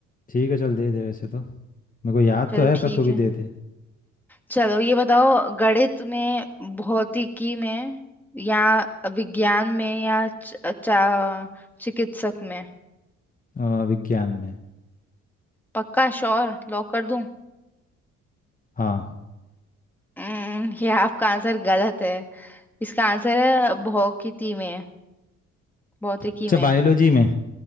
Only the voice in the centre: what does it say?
चलो
ठीक
है
चलो ये बताओ गणित में भौतिकी में या विज्ञान में या च, चा- चिकित्सक में
पक्का श्योर लॉक कर दूं
हम्म, <laughs> ये आपका आंसर गलत है इसका आंसर है भौतिकी में भौतिकी
में